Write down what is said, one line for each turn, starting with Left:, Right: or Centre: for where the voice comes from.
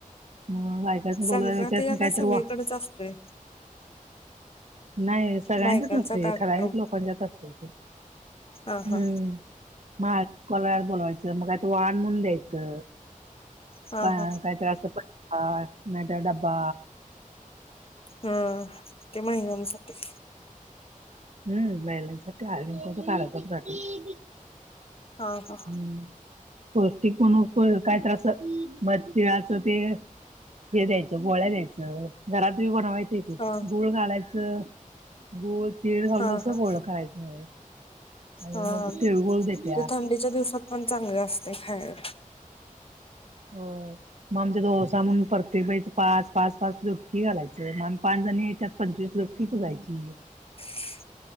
Right: हं बायकांसनी बोलवल
Left: संक्रांतीला
Right: त्यासनी कायतरी
Left: काय सगळीकडेच
Right: वा
Left: असतोय
Right: नाही सगळ्यांच्यात
Left: बायकांचा
Right: नसतंय,
Left: कार्यक्रम
Right: ठराविक लोकांच्यात असतं. हं
Left: हा हा
Right: महाड कोणाला बोलवायचं मग आता वाण म्हणुन द्यायचं
Left: हा
Right: काय
Left: हा
Right: तर अस. <inaudible> नाहीतर डबा.
Left: हं ते महिलांसाठी.
Right: हं महिलांसाठी हळदीकुकंवाचा कार्यक्रम.
Left: हा, हा.
Right: हम्म पौष्टिक पण काय तर मग तीळाचं ते. हे द्यायचं गोळ्या द्यायचं घरात ही बनवायच. ते
Left: हा
Right: गुळ घालायचं गुळ, तीळ घालून
Left: हा
Right: असं
Left: हा
Right: गोळ करायचं. आणि
Left: हा
Right: मग तिळगुळ देत्यात
Left: ते थंडीच्या दिवसात पण चांगलं असतंय खायला.
Right: होय. मग आमच्या ओवसा म्हणून प्रत्येक बाईच पाच-पाच-पाच लुटकी घालायचं मग आम्ही पाच जनी याच्यात - पंचवीस लुटकी पुंजायची.
Left: <inaudible>